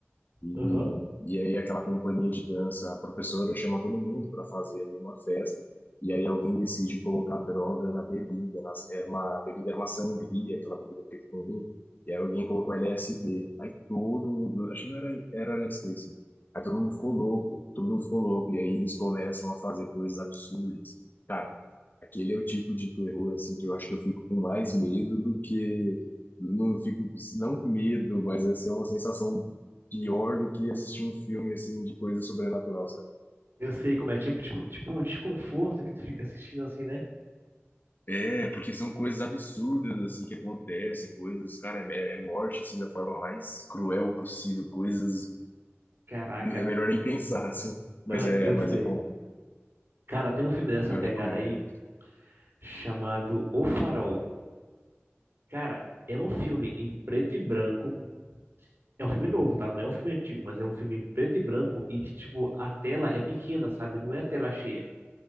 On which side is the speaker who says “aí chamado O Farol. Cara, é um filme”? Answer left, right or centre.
Right